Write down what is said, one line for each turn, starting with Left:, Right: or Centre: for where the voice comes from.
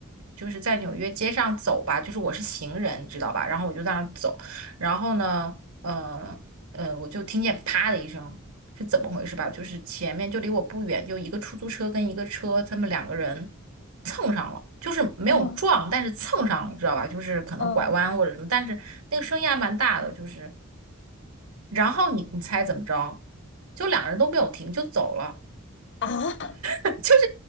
Right: 就是在纽约街上走吧，就是我是行人，你知道吧？然后我就在那儿走，然后呢，呃呃，我就听见啪的一声。是怎么回事吧？就是前面就离我不远，就一个出租车跟一个车，他们两个人蹭上了，就是没有撞，
Left: 然后，
Right: 但是蹭上了，你知道吧？就是可能拐弯或者什么，
Left: 嗯
Right: 但是那个声音还蛮大的，就是，然后你你猜怎么着？就两个人都没有停就走了。
Left: 啊。
Right: 就是